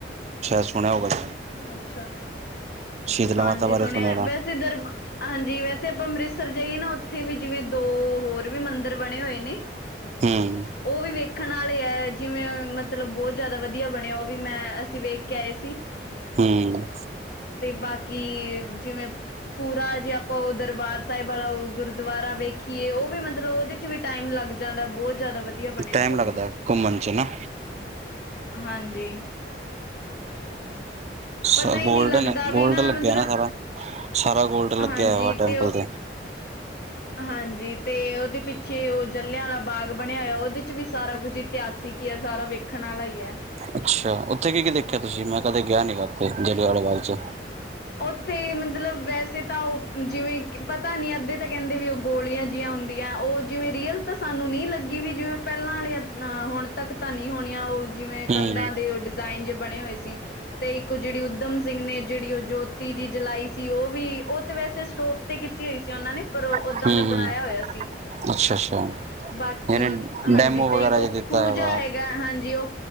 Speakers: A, on the right; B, on the left.
A: ਸ਼ਾਇਦ ਸੁਣਿਆ ਹੋਊਗਾ <unintelligible>
B: ਅੱਛਾ
A: ਸ਼ੀਤਲਾ
B: ਹਾਂਜੀ
A: ਮਾਤਾ ਬਾਰੇ
B: ਸੁਣਿਆ
A: ਹੋਣਾ
B: ਵੈਸੇ ਦਰ ਹਾਂਜੀ ਵੈਸੇ ਆਪਾਂ ਅੰਮ੍ਰਿਤਸਰ ਜਾਈਏ ਨਾ ਉੱਥੇ ਵੀ ਜਿਵੇਂ ਦੋ ਹੋਰ ਵੀ ਮੰਦਿਰ ਬਣੇ ਹੋਏ ਨੇ
A: ਹੂੰ।
B: ਓ ਵੀ ਵੇਖਣ ਆਲੇ ਐ ਜਿਵੇਂ ਮਤਲਬ ਬੋਤ ਜਾ ਵਧੀਆ ਬਣਿਆ ਓ ਵੀ ਮੈਂ ਅਸੀਂ ਵੇਖ ਕੇ ਆਏ ਸੀ
A: ਹੂੰ।
B: ਤੇ ਬਾਕੀ ਜਿਵੇਂ ਪੂਰਾ ਜੇ ਆਪਾਂ ਓ ਦਰਬਾਰ ਸਾਇਬ ਆਲਾ ਓ ਗੁਰਦੁਆਰਾ ਵੇਖੀਏ ਓ ਵੀ ਮਤਲਬ ਓਦੇ ਚ ਵੀ ਟਾਈਮ ਲੱਗ ਜਾਂਦਾ ਬੋਤ ਜ਼ਿਆਦਾ ਵਧੀ ਦੀਆ ਬਣਿਆ
A: ਟਾਈਮ
B: ਹੋਇਆ ਓ
A: ਲੱਗਦਾ
B: ਵੀ
A: ਘੁੰਮਣ ਚ ਨਾ
B: ਹਾਂਜੀ।
A: ਸਬ
B: ਪਤਾ ਹੀ
A: ਗੋਲਡਨ
B: ਨਹੀਂ ਲੱਗਦਾ
A: ਐ
B: ਵੀ
A: ਗੋਲਡ ਲੱਗਿਆ
B: ਮਤਲਬ
A: ਨਾ ਸਾਰਾ-ਸਾਰਾ ਗੋਲ ਲੱਗਿਆ
B: ਹਾਂਜੀ
A: ਹੋਇਆ ਵਾ ਟੈਂਪਲ
B: ਉਹ
A: ਤੇ।
B: ਹਾਂਜੀ, ਤੇ ਓਦੇ ਪਿੱਛੇ ਓ ਜਲਿਆਂਆਲਾ ਬਾਗ ਬਣਿਆ ਹੋਇਆ ਓਦੇ ਚ ਵੀ ਸਾਰਾ ਕੁੱਝ ਇਤਿਹਾਸਿਕ ਈ ਐ, ਸਾਰਾ ਵੇਖਣ ਆਲਾ ਈ ਐ।
A: ਅੱਛਾ! ਉੱਥੇ ਕੀ- ਕੀ ਦੇਖਿਆ ਤੁਸੀਂ, ਮੈਂ ਕਦੇ ਗਿਆ ਨੀ ਗਾ ਉੱਥੇ, ਜਲੀਆਂ ਵਾਲਾ ਬਾਗ ਚ?
B: ਉੱਥੇ ਮਤਲਬ ਵੈਸੇ ਤਾਂ ਓ, ਜਿਵੇਂ ਕਿ ਪਤਾ ਨੀ ਅੱਧੇ ਤਾਂ ਕੈਂਦੇ ਵੀ ਓ ਗੋਲੀਆਂ ਜੀਆਂ ਹੁੰਦੀਆਂ, ਓ ਜਿਵੇਂ ਰੀਅਲ ਤਾਂ ਸਾਨੂੰ ਨੀ ਲੱਗੀ ਵੀ ਜਿਵੇਂ ਪੈਲਾਂ ਆਲੀਆਂ ਅ ਹੁਣ ਤੱਕ ਤਾਂ ਨੀ ਹੋਣੀਆਂ ਓ ਜਿਵੇਂ ਕੰਧਾਂ
A: ਹੂੰ
B: ਦੇ ਓ ਡਿਜ਼ਾਇਨ ਜੇ ਬਣੇ ਹੋਏ ਸੀ, ਤੇ ਇੱਕ ਓ ਜੇੜੀ ਊਧਮ ਸਿੰਘ ਨੇ ਜੇੜੀ ਓ ਜੋਤੀ ਜੀ ਜਲਾਈ ਸੀ ਓ ਵੀ, ਓ ਤੇ ਵੈਸੇ ਸਟੋਪ ਤੇ ਕੀਤੀ ਹੋਈ ਸੀ ਓਨਾਂ ਨੇ ਪਰ
A: ਹੂੰ
B: ਤਾਂ ਦਾ ਬਣਾਇਆ
A: ਹੂੰ
B: ਹੋਇਆ ਸੀ।
A: ਅੱਛਾ ਅੱਛਾ
B: ਬਾਕੀ,
A: ਯਾਨੀ
B: ਹਾਂਜੀ
A: ਡੈਮੋ ਵਗੈਰਾ
B: ਤੇ ਇੱਕ ਓ
A: ਜੇ ਦਿੱਤਾ
B: ਖੂਹ
A: ਹੈ
B: ਜਾ
A: ਵਾ
B: ਹੈਗਾ ਹਾਂਜੀ ਓ